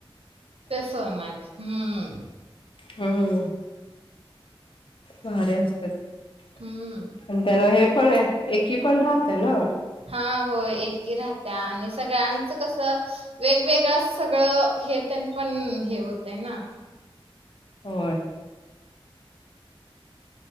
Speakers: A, on the right; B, on the left.
A: ते सण आहेत हम्म
B: हम्म भारी असते आणि
A: हम्म.
B: त्यान हे पण एकी पण राहतं ना
A: हां, होय एकी राहत्या आणि सगळ्यांचं कसं वेगवेगळं सगळं हे त्यां पण हे होतय ना
B: हो